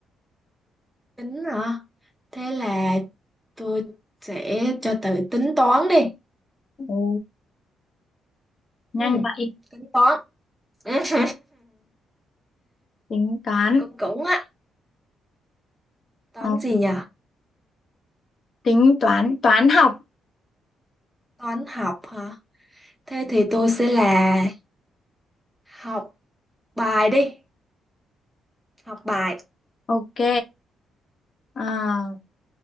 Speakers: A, in the centre; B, on the left.
A: tính hả? Thế là tôi sẽ cho từ tính toán đi.
B: Ồ, nhanh
A: ừ
B: vậy.
A: tính toán <laughs>
B: Tính toán.
A: cũng cũng á toán
B: Ờ,
A: gì nhỉ
B: tính toán, toán học.
A: toán học hả thế thì tôi sẽ là học bài đi học bài
B: Ok. À,